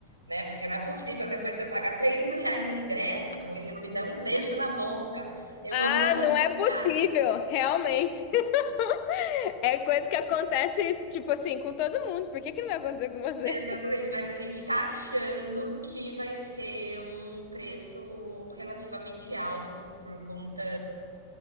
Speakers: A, on the right; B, on the left.
A: né? Porque não é possível depois eu pagar três mil reais no ingresso, ele não me dá um beijo na boca. Eu
B: Ah,
A: vou ficar muito
B: não
A: chateada.
B: é possível, realmente. <laughs> É coisa que acontece, tipo assim, com todo mundo. Por que que não vai acontecer com você?
A: Exatamente, mas a gente tá achando que vai ser um preço relativamente alto por conta